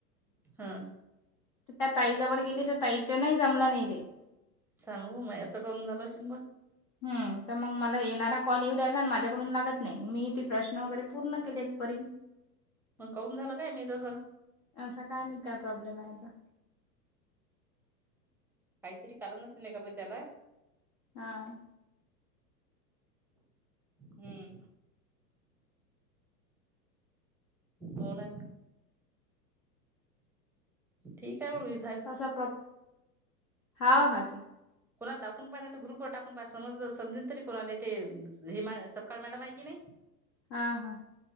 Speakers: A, in the centre; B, on the left.
A: हा.
B: त्या ताईजवळ गेले त्या ताईच्या नाही जमला नाही ते.
A: सांग म असं करून झालं असेल मग,
B: हम तर मग मला येणारा कॉल एवढा आला माझ्याकडून लागत नाही. मी ते प्रश्न वगैरे पूर्ण केले एक परी.
A: मग कौन झालं काय मी तसं.
B: असं काय मी काय प्रॉब्लेम आहेता.
A: काहीतरी करा नसेे नाही का पण त्याला.
B: हा.
A: हम्म! होना ठीक आहे ममी
B: असा प्रॉब् हा हा ठीक.
A: कोणाला दाखवून पाहि तर ग्रुप ववर टाकून पा समज समजून तरी कोणाला ते हे सपकाळ मॅडम आहे की नाही.
B: हा हा